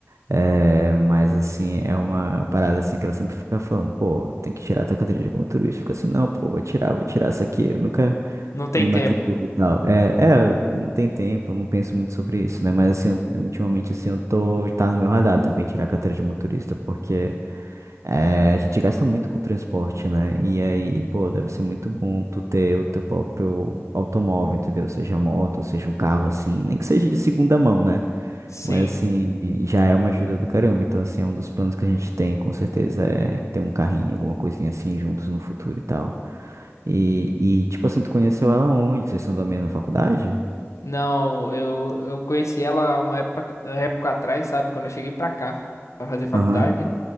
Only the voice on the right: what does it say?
É, mas assim, é uma parada assim que ela sempre fica falando, pô, tem que tirar a tua carteira de motorista. Fica assim, não, pô, vou tirar, vou tirar isso aqui. Eu nunca
me matriculo
e tal. É, é, não tem tempo, não penso muito sobre isso, né? Mas assim, eu- ultimamente assim, eu tô, tá no meu radar também tirar a carteira de motorista, porque. É, a gente gasta muito com o transporte, né? E aí, pô, deve ser muito bom tu ter o teu próprio automóvel, entendeu? Seja moto, seja um carro, assim, nem que seja de segunda mão, né?
Mas assim, já é uma ajuda do caramba. Então, assim, é um dos planos que a gente tem, com certeza, é ter um carrinho, alguma coisinha assim juntos no futuro e tal. E, e tipo assim, tu conheceu ela onde? Vocês são da mesma faculdade?
Aham.